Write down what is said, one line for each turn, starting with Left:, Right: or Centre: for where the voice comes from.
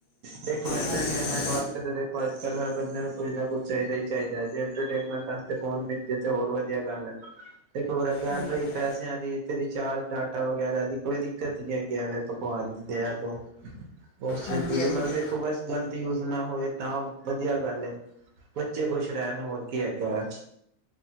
Right: ਦੇਖੋ ਇੰਟਰਟੇਨਮੈਂਟ
Left: ਹਾਂਜੀ
Right: ਵਾਸਤੇ ਤਾਂ ਦੇਖੋ ਅੱਜ ਕੱਲ ਹਰ ਬੰਦੇ ਨੂੰ ਕੁੱਝ ਨਾ ਕੁੱਝ ਚਾਈਦਾ। ਚਾਈਦਾ ਜੀ ਇੰਟਰਨੇਟ ਮੈਟ ਵਸਤੇ ਫੋਨੇ ਮਿਲਜੇ ਤੇ ਹੋਰ ਵਧੀਆ ਗੱਲ ਐ। ਤੇ ਗੱਲ
Left: ਹਾਂਜੀ
Right: ਹੋਈ ਪੈਸਿਆਂ ਦੀ ਰਿਚਾਰਜ ਡਾਟਾ ਵਗੈਰਾ ਦੀ ਕੋਈ ਦਿੱਕਤ ਨੀ ਹੈ ਗਿਆ ਮੈਂ ਭ ਭਗਵਾਨ ਦੀ ਦਿਆ ਤੋ, ਉਸ ਚੀਜ਼
Left: ਹਾਂਜੀ
Right: ਦੀ
Left: ਹਾਂਜੀ
Right: ਦੇਖੋ ਬਸ। ਗ਼ਲਤ ਯੂਜ ਨਾ ਹੋਏ ਤਾਂ ਵਧੀਆ ਗੱਲ ਐ, ਬੱਚੇ ਖੁਸ਼ ਰਹਿਣ ਹੋਰ ਕੀ ਹੈਗਾ ਅ।